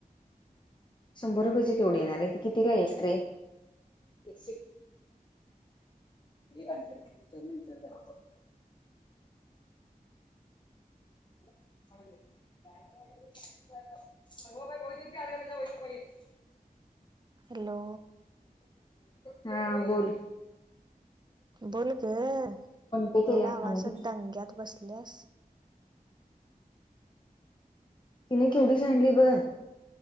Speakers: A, on the left; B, on the right.
A: शंभर रुपयेचे केवढे येणार आहे ते किती ला एक ट्रे? एक अंडे विचारनं विचार करायचा. <inaudible> <unintelligible>
B: हॅलो.
A: हा बोल.
B: बोल गं एवढा
A: पे केल्या
B: आवाज
A: आणून दे
B: दंग्यात बसल्यास.
A: तिने केवढी सांडली ब,